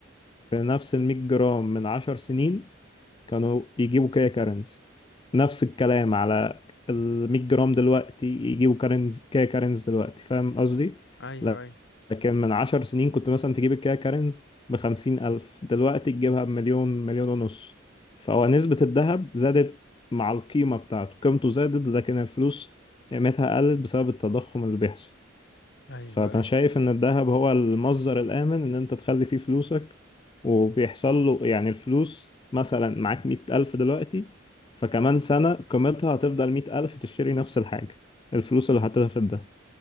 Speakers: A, on the left; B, on the left.
A: بنفس ال 100 جرام من 10 سنين كانوا يجيبوا كيا كارنز نفس الكلام على ال 100 جرام دلوقتي يجيبوا كارنز كيا كارنز دلوقتي فاهم قصدي
B: ايوه
A: لا-
B: ايوه
A: لكن من عشر سنين كنت مثلا تجيب الكيا كارنز بخمسين ألف دلوقتي تجيبها بمليون مليون ونص فهو نسبة الذهب زادت مع القيمة بتاعته قيمته زادت لكن الفلوس قيمتها قلت بسبب التضخم اللي بيحصل
B: ايوه
A: فانا
B: ايوه
A: شايف ان الذهب هو المصدر الامن ان انت تخلي فيه فلوسك وبيحصل له يعني الفلوس مثلا معاك مية الف دلوقتي فكمان سنة قيمتها هتفضل مية الف تشتري نفس الحاجة الفلوس اللي حطيتها في الدهب